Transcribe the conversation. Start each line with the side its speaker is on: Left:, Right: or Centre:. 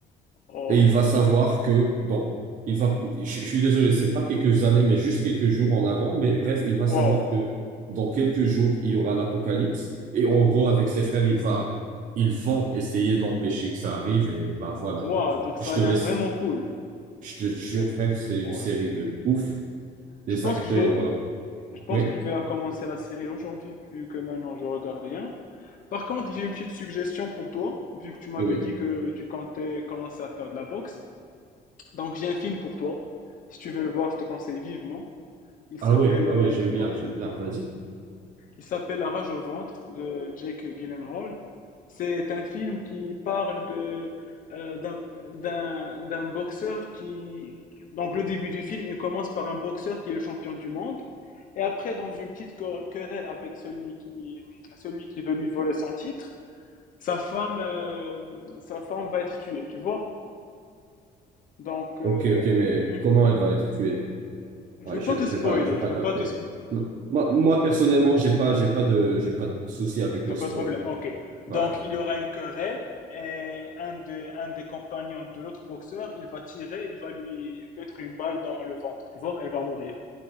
Left: Oh,
Right: Et il va savoir que, bon, il va, je, je suis désolé, c'est pas quelques années, mais juste quelques jours en avant, mais bref, il va
Left: wow.
Right: savoir que dans quelques jours, il y aura l'apocalypse. Et en gros, avec ses frères, il va, ils vont essayer d'empêcher que ça arrive, et bah, voilà.
Left: Wow,
Right: Je
Left: donc ça
Right: je te
Left: a l'air
Right: laisse
Left: vraiment cool.
Right: je te jure, frère, c'est une
Left: Ouais.
Right: série de ouf.
Left: Je
Right: Les
Left: pense
Right: acteurs,
Left: que je vais,
Right: euh,
Left: je pense
Right: oui,
Left: que je vais commencer la série aujourd'hui, vu que maintenant je regarde rien. Par contre, j'ai une petite suggestion pour toi, vu que tu m'avais
Right: oui.
Left: dit que tu comptais commencer à faire de la boxe. Donc j'ai un film pour toi. Si tu veux le voir, je te conseille vivement. Il s'appelle,
Right: Ah ouais, ah
Left: euh,
Right: ouais, j'aime bien,
Left: ouais.
Right: j'aime bien. Vas-y.
Left: Il s'appelle La rage au ventre de Jake Gyllenhaal. C'est un film qui parle de euh, d'un d'un d'un boxeur qui donc le début du film, il commence par un boxeur qui est le champion du monde et après dans une petite quer- querelle avec celui qui celui qui veut lui voler son titre, sa femme euh, sa femme va être tuée, tu vois. Donc euh,
Right: Ok, ok,
Left: une-
Right: mais
Left: une-
Right: comment elle va être tuée?
Left: je
Right: Ouais,
Left: veux
Right: j'ai,
Left: pas te
Right: j'ai
Left: spoiler,
Right: pas, j'ai pas
Left: je veux
Right: capté.
Left: pas te spoiler.
Right: Non. Moi, moi, personnellement, j'ai pas, j'ai pas de, j'ai pas de souci avec le
Left: T'as pas
Right: spoil.
Left: de problème, ok.
Right: Ouais.
Left: Donc, il y aura une querelle et un, des- un des compagnons de l'autre boxeur, il va tirer, il va lui mettre une balle dans le ventre, tu vois, elle va mourir.